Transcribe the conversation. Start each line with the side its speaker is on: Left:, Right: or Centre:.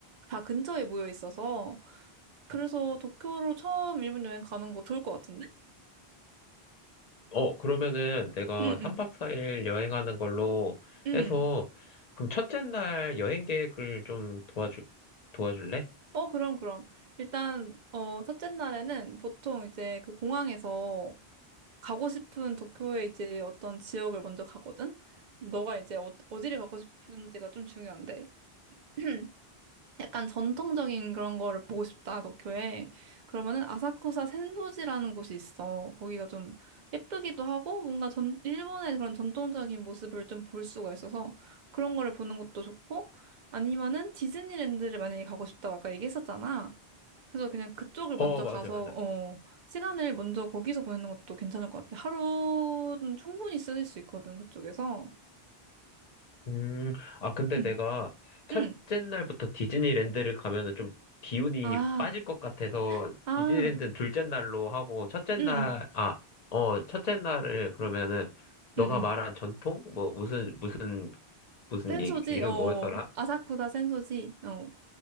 Right: 다 근처에 모여 있어서. 그래서 도쿄로 처음 일본 여행 가는 거 좋을 것 같은데?
Left: 어, 그러면은 내가
Right: 응,
Left: 3박
Right: 응,
Left: 4일 여행하는 걸로
Right: 응.
Left: 해서 그럼 첫째 날 여행 계획을 좀 도와주 도와줄래?
Right: 어, 그럼, 그럼. 일단, 어, 첫째 날에는 보통 이제 그 공항에서 가고 싶은 도쿄의 이제 어떤 지역을 먼저 가거든? 너가 이제 어, 어디를 가고 싶은지가 좀 중요한데. <clears throat> 약간 전통적인 그런 거를 보고 싶다, 도쿄에. 그러면은 아사쿠사 센소지라는 곳이 있어. 거기가 좀 예쁘기도 하고 뭔가 전, 일본의 그런 전통적인 모습을 좀 볼 수가 있어서 그런 거를 보는 것도 좋고 아니면은 디즈니랜드를 만약에 가고 싶다고 아까 얘기했었잖아. 그래서 그냥 그쪽을
Left: 어,
Right: 먼저
Left: 맞아,
Right: 가서,
Left: 맞아.
Right: 어, 시간을 먼저 거기서 보내는 것도 괜찮을 것 같아. 하루는 충분히 쓸 수 있거든, 그쪽에서.
Left: 음, 아, 근데
Right: <clears throat>
Left: 내가 첫째
Right: 응.
Left: 날부터 디즈니랜드를 가면은 좀 기운이
Right: 아,
Left: 빠질 것 같아서
Right: 아,
Left: 디즈니랜드는 둘째 날로 하고 첫째 날,
Right: 응, 응,
Left: 아, 어, 첫째 날을 그러면은 너가
Right: 응, 응.
Left: 말한 전통? 뭐 무슨, 무슨, 무슨
Right: 센소지?
Left: 얘기, 이름
Right: 어,
Left: 뭐였더라?
Right: 아사쿠사 센소지? 어,